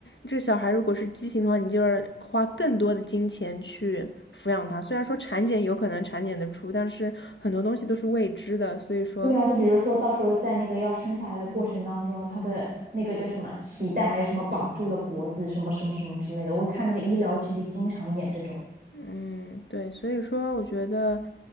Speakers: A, on the left; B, on the right.
A: 这小孩如果是畸形的话，你就要花更多的金钱去抚养他。虽然说产检有可能产检得出，但是很多东西都是未知的，所以说，
B: 对啊，就比如说到时候在那个要生下来的过程当中，他的那个叫什么脐带还是什么绑住了脖子，什么什么什么之类的。我看那个医疗剧里经常演这种，
A: 嗯，对，所以说我觉得，